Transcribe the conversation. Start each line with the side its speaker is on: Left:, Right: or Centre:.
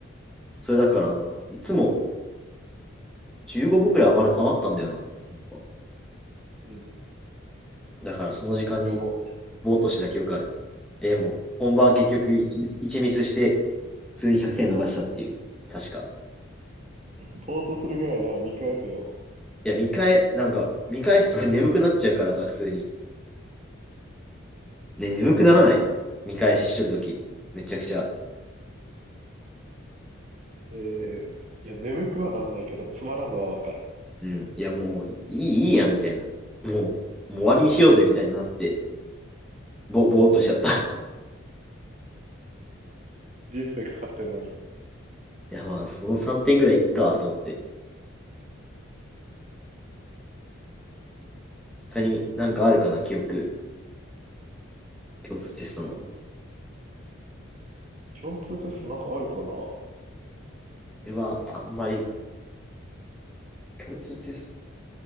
Centre: それだから、なんか、いつも15分ぐらい余る、余ったんだよな。なんか
Right: うん。
Centre: だから、その時間に
Right: 呼ぼう。
Centre: ぼーっとしてた記憶ある。えーもう、本番結局1、一ミスして、普通に100点逃したっていう、確か。
Right: <laughs> ぼーっとするぐらいなら見返せよ。
Centre: いや、見返、なんか、見返すと <laughs> 俺眠くなっちゃうからさ、普通に。ね、眠くならない見返ししてるとき、めちゃくちゃ。
Right: <laughs> えー、いや、眠くはなんないけど、つまらんのはわかる。
Centre: うん、いやもういい、いいやんみたいな。もう、もう終わりにしようぜみたいになって、
Right: うん
Centre: ぼ、ぼーっとしちゃった。
Right: 人生かかってんのに。
Centre: <laughs> いやまあ、その3点ぐらいいっかと思って。他になんかあるかな、記憶、共通テストの。
Right: うん。
Centre: こ
Right: 共通テストなんかあるかな
Centre: れはあんまり、共通テス